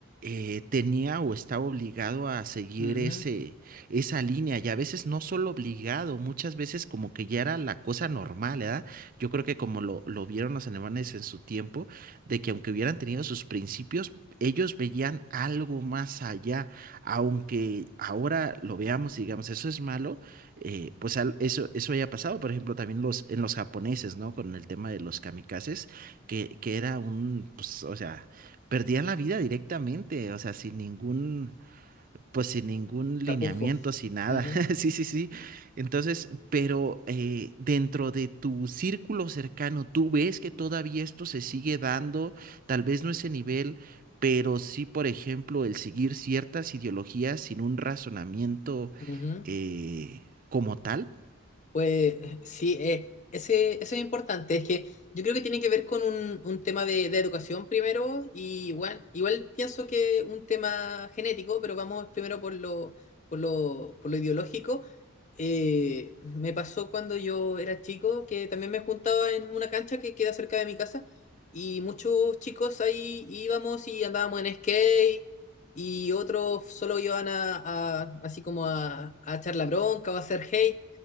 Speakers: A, on the right (about 40°); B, on the left (about 35°).
A: eh, tenía o estaba obligado a seguir
B: Ujú.
A: ese, esa línea y a veces no solo obligado, muchas veces como que ya era la cosa normal, ¿verdad? Yo creo que como lo, lo vieron los alemanes en su tiempo, de que aunque hubieran tenido sus principios, ellos veían algo más allá, aunque ahora lo veamos y digamos, eso es malo, eh, pues al- eso, eso haya pasado, por ejemplo, también los, en los japoneses, ¿no? Con el tema de los kamikazes, que, que era un, pues, o sea, perdían la vida directamente, o sea, sin ningún pues sin ningún lineamiento,
B: Chapujo.
A: sin nada.
B: Ujú,
A: <laughs> Sí, sí, sí. Entonces, pero eh, dentro de tu círculo cercano, ¿tú ves que todavía esto se sigue dando? Tal vez no ese nivel, pero sí, por ejemplo, el seguir ciertas ideologías sin un razonamiento
B: ujú.
A: eh, como tal.
B: Pues sí, eh, ese, eso es importante. Es que yo creo que tiene que ver con un, un tema de, de educación primero y bueno, igual pienso que un tema genético, pero vamos primero por lo, por lo, por lo ideológico. Eh, me pasó cuando yo era chico que también me juntaba en una cancha que queda cerca de mi casa y muchos chicos ahí íbamos y andábamos en skate y otros solo iban a, a- así como a, a echar la bronca o a hacer hate